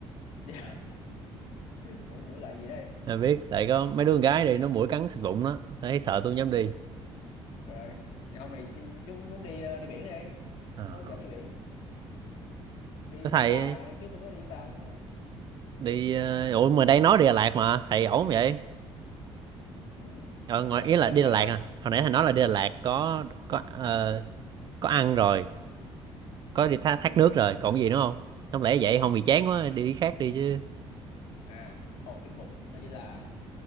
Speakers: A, on the left (about 85°); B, on the right (about 40°).
A: <laughs> Dạ. mũi mũi lại gì đây
B: Tôi biết, tại có mấy đứa con gái đi, nó muỗi cắn xịt bụng đó. Thấy
A: à,
B: sợ tôi không dám đi.
A: ok ông thì chú muốn đi ờ, đi biển đi
B: À.
A: mốt dẫn đi biển đi
B: Có thầy
A: Vũng Tàu nè trước tôi mới đi Vũng Tàu xong nè
B: đi, ờ, ủa mà đây nói đi Đà Lạt mà, thầy ổn vậy?
A: ừ.
B: Ờ,
A: thì
B: ngoài
A: đó
B: ý là
A: rất
B: đi
A: mến
B: Đà Lạt
A: thôi
B: nè. Hồi nãy thầy nói là đi Đà Lạt có có ờ, có ăn rồi, có đi thác, thác
A: ừ.
B: nước rồi, còn gì nữa không? Không lẽ vậy không bị chán quá đi cái khác đi chứ.
A: à một tiết mục đó chính là